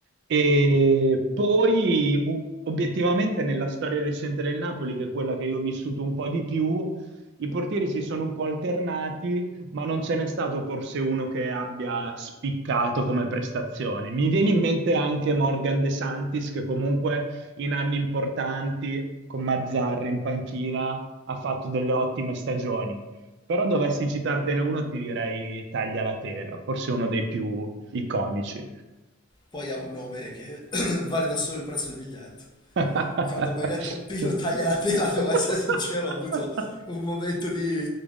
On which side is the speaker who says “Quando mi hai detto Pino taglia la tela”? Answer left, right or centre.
Left